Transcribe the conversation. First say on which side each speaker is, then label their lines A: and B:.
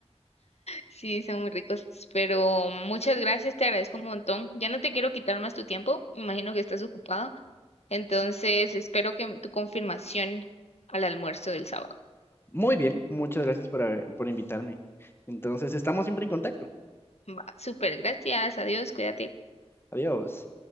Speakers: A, on the left; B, on the left.
A: Sí, son muy ricos. Pero muchas gracias, te agradezco un montón. Ya no te quiero quitar más tu tiempo. Me imagino que estás ocupado. Entonces, espero que tu confirmación al almuerzo del sábado.
B: Muy bien, muchas gracias por, haber- por invitarme. Entonces, estamos siempre en contacto.
A: Va, súper, gracias, adiós, cuídate.
B: Adiós.